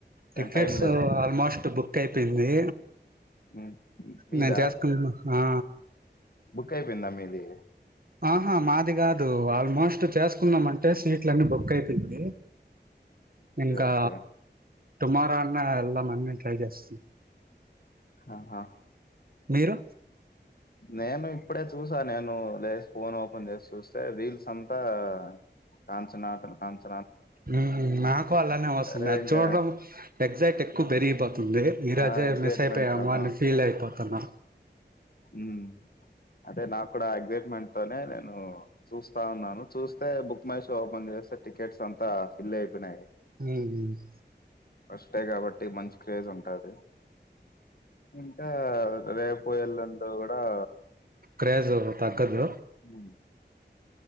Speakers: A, on the right; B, on the left.
A: టికెట్స్
B: ఏం టైం లేదా
A: ఆల్మోస్ట్ బుక్ కైపోంది
B: ఉమ్, మీదా
A: నేను చేసుకుంటాన ఆ
B: బుక్ అయిపోయిందా మీది
A: ఆహా మాది కాదు ఆల్మోస్ట్ చేసుకున్నాం అంటే సీట్ల అన్ని బుక్ అయిపోయింది
B: ఓకే
A: ఇంకా
B: ఓకే
A: టుమారో అన్నా వెళ్దాం మన్ని ట్రై చేస్తూ
B: ఆహా
A: మీరు
B: నేను ఇప్పుడే చూసా నేను లే ఫోన్ ఓపెన్ చేసి చూస్తే రీల్స్ అంతా కాంచనా టునే కాంచ
A: ఉమ్ నాకు అలానే వస్తుంది
B: సరే
A: అది
B: ఇంకా
A: చూడడం ఎగ్జైట్ ఎక్కువ పెరిగిపోతుంది ఈ రోజే
B: ఆ ఎగ్జైట్మెంట్
A: మిస్ అయిపోయాము
B: చాలా
A: అని ఫీల్ అయిపోతున్నా
B: ఉమ్ అంటే నాకు కూడా అగ్సైట్మెంట్ తోనే నేను చూస్తా ఉన్నాను చూస్తే బుక్ మై షో ఓపెన్ చేస్తే టికెట్స్ అంతా ఫిల్ అయిపోయిన్నాయి
A: ఉహుమ్
B: అంతే కాబట్టి మంచి క్రేజ్ ఉంటుది ఇంకా రేపు ఎల్లుండి ఆ
A: క్రేజ్ తగ్గదు
B: ఉమ్